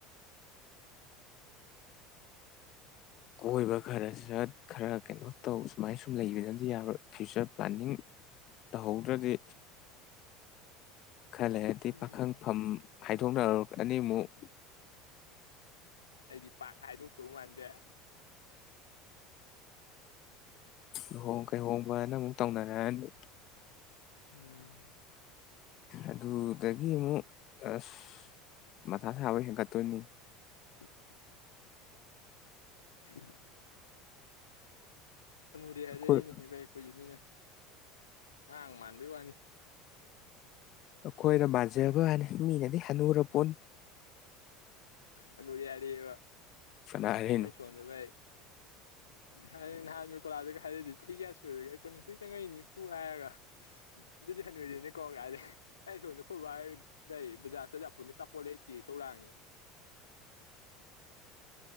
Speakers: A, on the left (about 50°); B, on the left (about 80°).
A: ꯀꯣꯏꯕ ꯈꯔ ꯁꯠ ꯈꯔ ꯀꯩꯅꯣ ꯇꯧ ꯁꯨꯃꯥꯏ ꯁꯨꯝ ꯂꯩꯕꯅꯗꯤ ꯌꯥꯔꯔꯣꯏ ꯐ꯭ꯌꯨꯆꯔ ꯄ꯭ꯂꯥꯅꯤꯡ ꯇꯧꯍꯧꯗ꯭ꯔꯗꯤ ꯈꯜꯂꯦ ꯍꯥꯏꯗꯤ
B: ꯎꯝ
A: ꯄꯥꯈꯪꯐꯝ ꯍꯥꯏꯗꯣꯛꯅꯔꯛ ꯑꯅꯤꯃꯨꯛ
B: ꯑꯩꯗꯤ ꯄꯥꯛ ꯍꯥꯏꯗꯣꯛꯇꯧ ꯃꯥꯟꯗꯦ
A: ꯂꯨꯍꯣꯡ ꯀꯩꯍꯣꯡꯕ ꯍꯥꯏꯅ ꯑꯃꯨꯛ ꯇꯧꯅꯔꯛꯑꯅꯤ
B: ꯎꯝ
A: ꯑꯗꯨꯗꯒꯤ ꯑꯃꯨꯛ ꯑꯁ ꯃꯊꯥ ꯁꯥꯕ ꯍꯦꯟꯀꯠꯇꯣꯏꯅꯤ
B: <unintelligible> <unintelligible> ꯐꯨꯗꯤꯦ ꯍꯥꯏꯔꯛꯏꯅꯦꯚꯩ
A: ꯑꯩꯈꯣꯏ
B: ꯑꯩꯈꯣꯏꯁꯦ ꯃꯤꯅ ꯉꯍꯥꯡ ꯃꯥꯟꯕꯥꯟꯕꯩ ꯋꯥꯅꯤ
A: ꯑꯩꯈꯣꯏꯅ ꯃꯥꯟꯖꯕ ꯍꯅꯤ ꯃꯤꯅꯗꯤ ꯍꯅꯨꯔ ꯄꯣ
B: ꯑ ꯌꯥꯔꯤ ꯑꯦꯕ
A: ꯀꯅꯥ ꯍꯥꯏꯔꯛꯏꯅꯣ
B: ꯑꯩ ꯁꯣꯟꯗꯦ ꯥꯏ ꯍꯥꯏ ꯅꯍꯥꯟ ꯀꯣꯂꯥꯗꯒ ꯍꯥꯏꯔꯗꯤ ꯆꯍꯤ ꯀꯌꯥ ꯁꯨꯔꯒꯦ ꯑꯩ ꯀꯣꯟ ꯅꯤꯊꯣꯏ ꯆꯪꯉꯛꯏꯅꯤꯄꯨ ꯍꯥꯏꯔꯒ ꯑꯗꯨꯗꯤ ꯍꯅꯨꯔꯦꯅꯦ ꯀꯧꯒ ꯍꯥꯏꯔꯦ ꯑꯩ ꯁꯣꯝꯗ ꯈꯨꯣꯏꯕ ꯂꯩ ꯕꯖꯥꯔ ꯆꯖ ꯄꯨ ꯆꯄꯣꯠ ꯂꯩ ꯇꯤ ꯁꯧ ꯂꯥꯡꯉꯤ